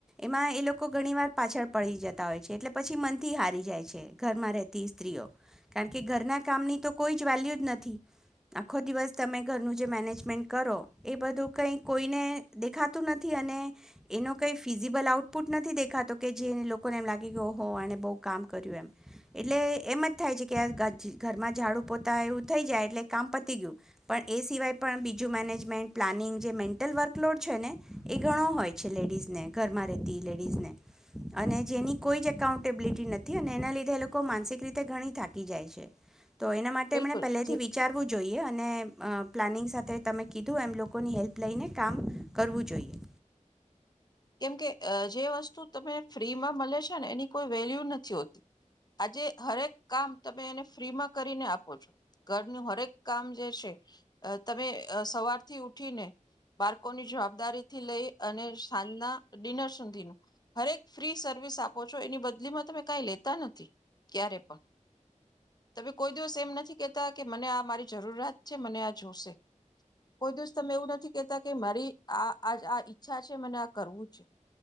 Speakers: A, in the centre; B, on the left.
A: એમાં એ લોકો ઘણી વાર પાછળ પડી જતા હોય છે એટલે પછી મનથી હારી જાય છે ઘરમાં રહેતી સ્ત્રીઓ કારણ કે ઘરના કામની તો કોઈ જ વેલ્યુ જ નથી આખો દિવસ તમે ઘરનું જે મેનેજમેન્ટ કરો એ બધું. કંઈ કોઈને દેખાતું નથી અને એનો કંઈ ફિઝિબલ આઉટપુટ નથી દેખાતો કે જે લોકોને એમ લાગે કે ઓહ આ બહુ કામ કર્યું એમ એટલે એમ જ થાય છે કે ઘરમાં ઝાડુ પોતા એવું થઈ જાય એટલે કામ પતી ગયું પણ એ સિવાય પણ બીજું મેનેજમેન્ટ પ્લાનિંગ. જે મેન્ટલ વર્કલોડ છે ને એ ઘણો હોય છે લેડીઝને ઘરમાં રહેતી લેડીઝને અને જેની કોઈ જ એકાઉન્ટેબિલિટી નથી અને એના લીધે એ લોકો માનસિક રીતે ઘણી થાકી જાય છે.. તો એના માટે
B: બિલકુલ
A: એમણે પહેલેથી
B: જે
A: વિચારવું જોઈએ અને પ્લાનિંગ્ સાથે તમે કીધું એમ લોકોની હેલ્પ લઈને કામ કરવું જોઈએ.
B: કેમ કે જે વસ્તુ તને ફ્રીમાં મળે છે ને એની કોઈ વેલ્યુ નથી હોતી આજે હરેક કામ તમે એને ફ્રીમાં કરીને આપો છો ઘરનું હરેક કામ જે છે તમે સવારથી ઉઠીને બાળકોની જવાબદારી થી લઈ અને. થાદના ડિનર સુધીનું હરેક ફ્રી સર્વિસ આપો છો એની બધ. બદલીમાં તમે કઈ લેતા નથી ક્યારે પણ તમે કોઈ દિવસ એમ નથી કેતા કે મને આ મારી જરૂરિયાત છે મને આ જોશે કોઈ દિવસ તમે એવું નથી કેતા કે મારી આ આ ઈચ્છા છે મને. કરવું છે